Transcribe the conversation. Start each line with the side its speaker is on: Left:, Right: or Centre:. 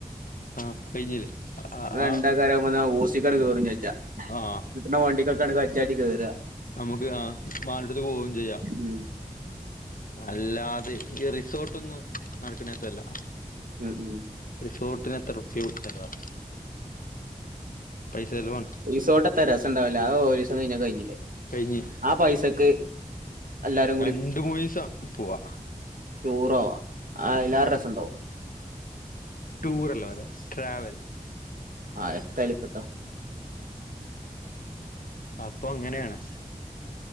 Left: ആ <unintelligible> ആ
Right: ഇന്നാ രണ്ടാക്കാരാവുമ്പൊന്നാ ഓസിക്കാണ്ട് കേറും ചെജ്ജ
Left: ആ
Right: ഇന്ന വണ്ടികൊക്കണ്ട് കജ്ജാട്ടി കേറ
Left: നമുക്ക് ആ വാണ്ടട്ത്ത്ക്ക് പോവും ചെയ്യാ
Right: ഉം
Left: അല്ലാതെ ഈ റിസോർട്ടൊന്നും നടക്ക്ണേപ്പല്ല
Right: ഉം ഉം
Left: റിസോ പിന്നെത്തറുപ്പ്യ ചെലവാ പൈസ ചെലവാണ്
Right: റിസോട്ട് എത്ത രസം ഉണ്ടാവൂല അത് ഒരീസ് അഅ് കയിഞ്ഞ കയ്ഞ്ഞിലേ
Left: കഴിഞ്ഞ്
Right: ആ പൈസക്ക് എല്ലാരും
Left: രണ്ട് മുന്നീസം പോവാ
Right: ട്ടൂറോവ അഅ് അയ്ലേറെസണ്ടകും
Left: ട്ടൂറല്ല പറിയാ ട്രാവൽ
Right: ആ എത്തായാലുപ്പത്താ
Left: അപ്പൊ അങ്ങനെണ്